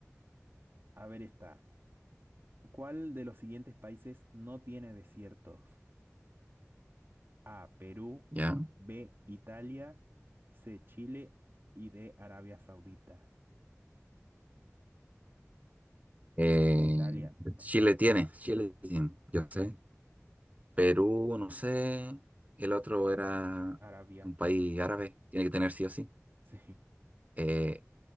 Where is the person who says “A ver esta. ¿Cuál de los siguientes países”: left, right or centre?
Right